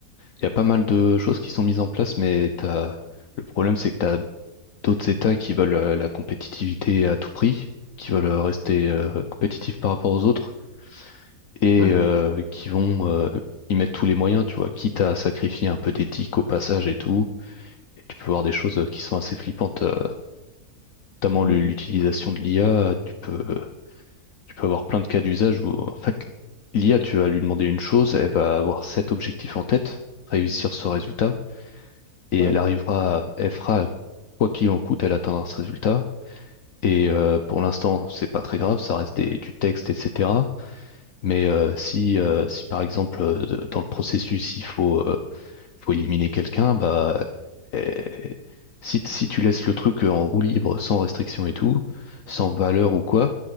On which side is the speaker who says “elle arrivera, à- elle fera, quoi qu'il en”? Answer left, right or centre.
Left